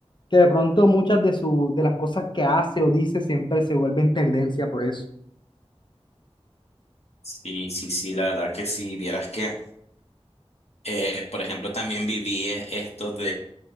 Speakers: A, on the left; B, on the left.
A: Que de pronto muchas de, su, de las cosas que hace o dice siempre se vuelven tendencia por eso.
B: Sí, sí, sí, la verdad que sí, vieras que, eh, por ejemplo, también viví e- esto